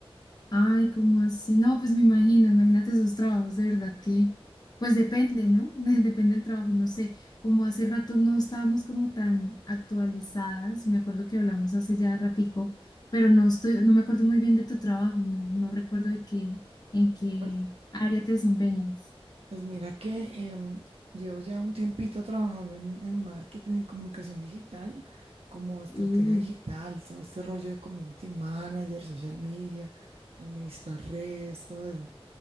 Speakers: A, on the left; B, on the right.
A: Ay, ¿cómo así? No, pues me imagino, imagínate esos trabajos, de verdad que, pues depende, ¿no? <laughs> De- Depende del trabajo, no sé, como hace rato no estábamos como tan actualizadas, me acuerdo que hablamos hace ya ratico, pero no estoy, no me acuerdo muy bien de tu trabajo, no, no recuerdo de qué, en qué
B: Pues,
A: área te desempeñas.
B: pues mira que em, llevo ya un tiempito trabajando en, en marketing y comunicación digital, como estratega
A: Mm.
B: digital, todo este rollo de community manager, social media, administrar redes, todo eso.